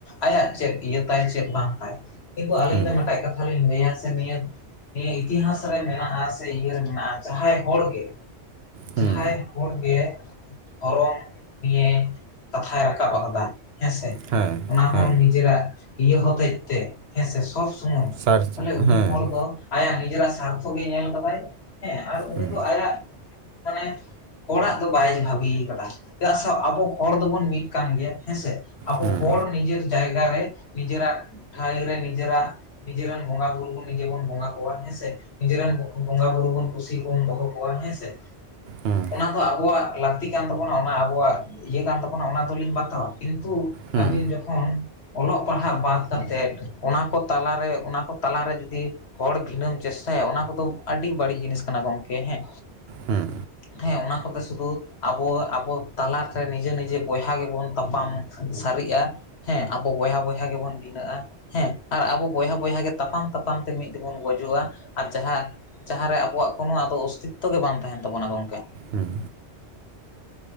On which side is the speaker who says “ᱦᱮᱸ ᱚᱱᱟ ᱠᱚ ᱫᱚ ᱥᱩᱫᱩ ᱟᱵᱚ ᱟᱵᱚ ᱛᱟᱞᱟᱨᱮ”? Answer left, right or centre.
Left